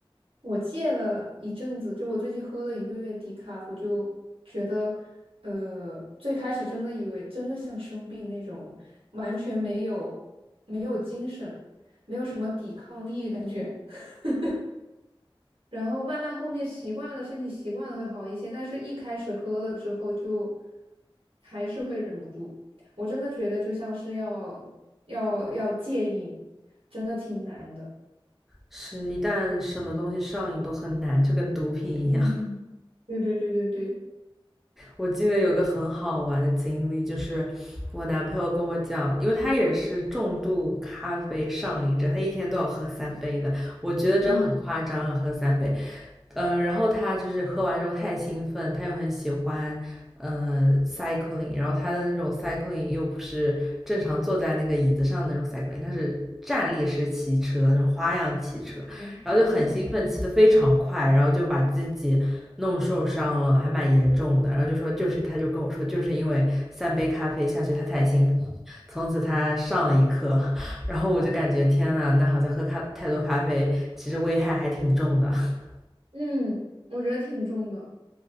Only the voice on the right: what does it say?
我戒了一阵子，就我最近喝了一个月低卡，我就觉得，呃，最开始真的以为真的像生病那种，完全没有没有精神，没有什么抵抗力感觉。<laughs> 然后慢慢后面习惯了，身体习惯了会好一些，但是一开始喝了之后就还是会忍不住。我真的觉得就像是要要要戒瘾，真的挺难的。
嗯对对对对对。
嗯
嗯嗯
嗯，我觉得挺重的。